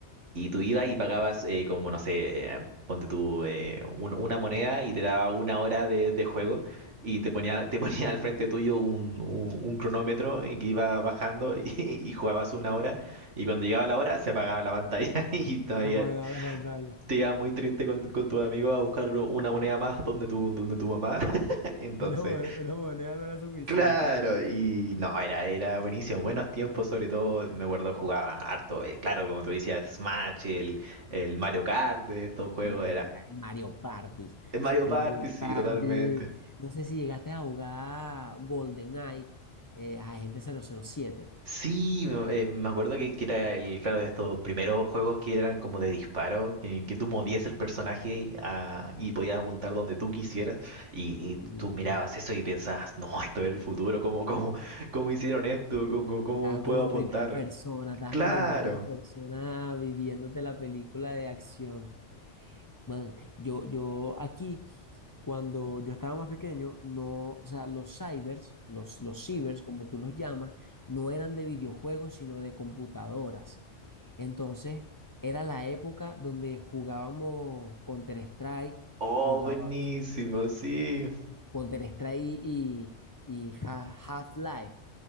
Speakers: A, on the right; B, on the left.
A: y tú ibas y pagabas eh, como, no sé, eh, ponte tú eh, un- una moneda y te daba una hora de, de juego y te ponía, te ponía al frente tuyo un, un- un cronómetro en que iba bajando <laughs> y, y jugabas una hora y cuando llegaba la hora se apagaba la pantalla <laughs> y todavía
B: Se apagaba la pantalla.
A: te iba muy triste con, con tu amigo a buscar una moneda más donde tu, donde tu mamá. <laughs> Entonces,
B: Una, mo- una moneda no era suficiente.
A: Claro,
B: man.
A: y no, era, era buenísimo. Buenos tiempos, sobre todo, me acuerdo jugaba harto. eh, claro, como tú decías, Smash, el, el Mario Kart de estos juegos,
B: El Mario,
A: era.
B: Kart- el Mario Party.
A: El Mario
B: El
A: Party,
B: Mario
A: sí,
B: Party.
A: totalmente.
B: No sé si llegaste a jugar GoldenEye, eh, Agente cero cero siete
A: Sí, me eh, me acuerdo que, que era el, claro, de estos primeros juegos que eran como de disparo, que, que tú movías el personaje a- y podías apuntar donde tú quisieras, y, y
B: Y
A: tú mirabas eso y pensabas, no, esto es el futuro, ¿cómo, cómo, cómo hicieron esto? ¿Cómo, cómo- cómo
B: estabas
A: puedo
B: como
A: apuntar?
B: en primera persona, estabas
A: Claro.
B: como en primera persona viviéndote la película de acción. Man, yo, yo aquí, cuando yo estaba más pequeño, no, o sea, los cybers, los, los cibers, como tú los llamas, no eran de videojuegos, sino de computadoras. Entonces, era la época donde jugábamos Counter-Strike,
A: Oh,
B: jugábamos
A: buenísimo, sí.
B: Counter-Strike y, y- y Ha- Half-Life.